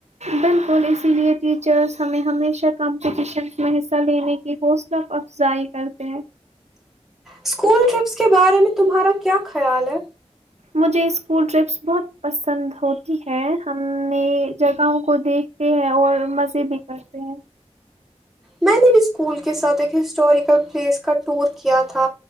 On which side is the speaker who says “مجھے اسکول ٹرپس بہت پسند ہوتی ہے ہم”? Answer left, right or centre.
Right